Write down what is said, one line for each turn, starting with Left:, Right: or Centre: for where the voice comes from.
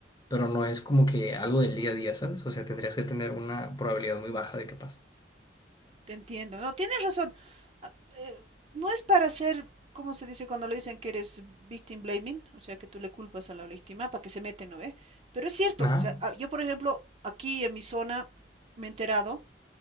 Left: pero no es como que algo del día a día, ¿sabes? O sea, tendrías que tener una probabilidad muy baja de que pase.
Right: Te entiendo, no, tienes razón. Ah, eh, no es para ser, ¿cómo se dice cuando le dicen que eres victim blaming? O sea, que tú le culpas a la víctima para que se mete, ¿no ve? Pero es cierto,
Left: Ajá.
Right: o sea, ah, yo por ejemplo, aquí en mi zona me he enterado